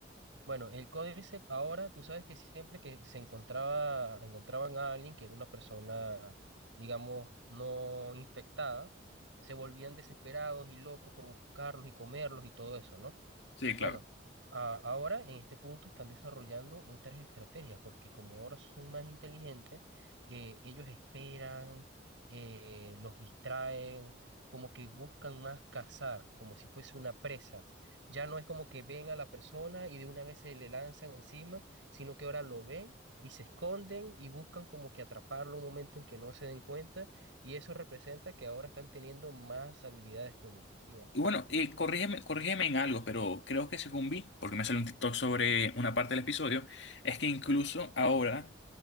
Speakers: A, on the right; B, on the left.
A: Bueno, el Códice ahora, tú sabes que siempre que se encontraba, encontraban a alguien que era una persona, digamos, no infectada, se volvían desesperados y locos por buscarlos y comerlos y todo eso, ¿no?
B: Sí,
A: Bueno,
B: claro.
A: a- ahora en este punto están desarrollando otras estrategias, porque como ahora son más inteligentes, eh, ellos esperan, eh, los distraen, como que buscan más cazar, como si fuese una presa. Ya no es como que ven a la persona y de una vez se le lanzan encima, sino que ahora lo ven y se esconden y buscan como que atraparlo un momento en que no se den cuenta, y eso representa que ahora están teniendo más habilidades cognitivas.
B: Y bueno, eh, corrígeme, corrígeme en algo, pero creo que según vi, porque me salió un TikTok sobre una parte del episodio, es que incluso ahora.